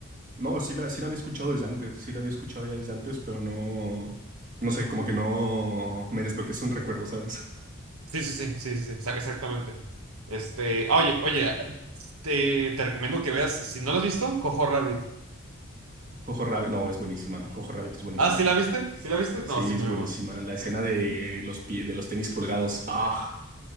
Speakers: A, on the right; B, on the right.
A: No, sí la, sí la había escuchado desde antes, sí la había escuchado ya desde antes, pero no, no sé, como que no me desbloqueas un recuerdo, ¿sabes?
B: Sí, sí, sí, sí, sí, sí, exa- exactamente. Este, ah, oye, oye, te, te recomiendo que veas, si no la has visto, Cojo Rabbit.
A: <laughs> Jojo Rabbit, no, es buenísima, Jojo Rabbit es buenísima,
B: Ah, ¿sí la viste? ¿Sí la viste?
A: sí,
B: No, sí,
A: es
B: mi amor.
A: buenísima. La escena de los pies, de los tenis colgados, ah,